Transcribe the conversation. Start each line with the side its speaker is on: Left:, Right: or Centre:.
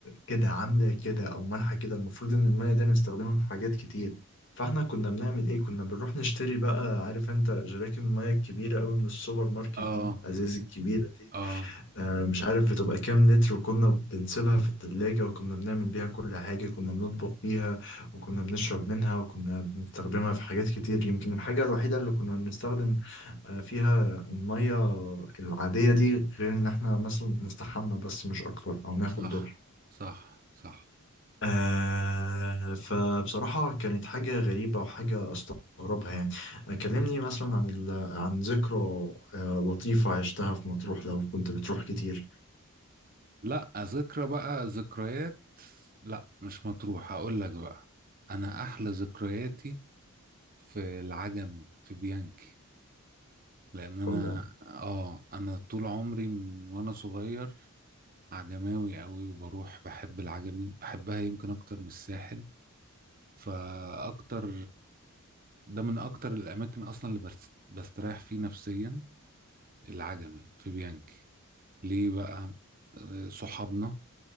Left: كده عامله كده او مالحه كده المفروض ان الميه دي نستخدمها في حاجات كتير فاحنا كنا بنعمل ايه كنا بنروح نشتري بقى عارف انت جراكن الميه الكبيره قوي من السوبر ماركت
Right: اه
Left: دي ازاز الكبيره
Right: اه
Left: آه، مش عارف بتبقى كام لتر وكنا بنسيبها في التلاجة وكنا بنعمل بيها كل حاجة كنا بنطبخ بيها وكنا بنشرب منها وكنا بنستخدمها في حاجات كتير يمكن الحاجة الوحيدة اللي كنا بنستخدم آه، فيها المية العادية دي غير إن إحنا مثلا نستحمى بس مش أكتر أو ناخد
Right: صح
Left: دور
Right: صح صح
Left: آه فبصراحة كانت حاجة غريبة وحاجة أستغربها يعني كلمني مثلا عن ال... عن ذكرى آه، لطيفة عشتها في مطروح لو كنت بتروح كتير
Right: لا ذكرى بقى ذكريات لا مش مطروح هقول لك بقى انا احلى ذكرياتي في العجمي في بيانكي لان انا
Left: الله
Right: اه انا طول عمري من وانا صغير عجماوي قوي وبروح بحب العجمي بحبها يمكن اكتر من الساحل فاكتر ده من اكتر الاماكن اصلا اللي بس- بستريح فيه نفسيا العجمي في بيانكي ليه بقى آه، صحابنا